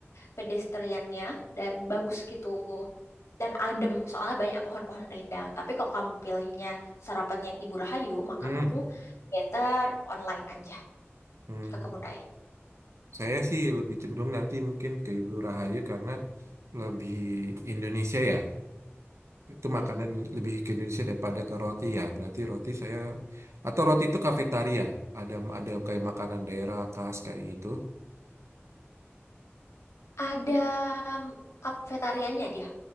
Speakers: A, on the left (about 85°); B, on the right (about 85°).
A: pedestriannya dan bagus gitu dan adem soalnya banyak pohon-pohon rindang tapi kok kamu pilihnya sarapan yang Ibu Rahayu maka
B: hmm,
A: kamu better online aja
B: hmm.
A: ke kebun
B: Saya sih lebih cenderung nanti mungkin ke Ibu Rahayu karena lebih Indonesia ya. Itu
A: raya
B: makanan lebih ke Indonesia daripada ke roti ya. Berarti roti saya atau roti itu kafetaria. Ada ada kayak makanan daerah khas kayak gitu.
A: Ada kafetarianya dia.